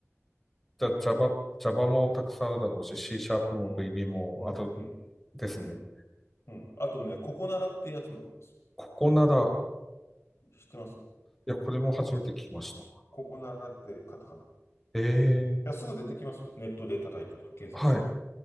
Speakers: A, in the centre; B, on the left.
A: じゃあ Java、Java もたくさんあるだろうし、C シャープも
B: うん。
A: VB もある
B: うん。うん。
A: ですね。
B: うん。うんあとね、ココナラってやつもあります。
A: ここなら、
B: 知ってます
A: いや、これも初めて聞きました。
B: ココナラってカタカナ。い
A: ええー
B: や、すぐ出てきますよ。ネットで叩いたら、検索したら。
A: はい。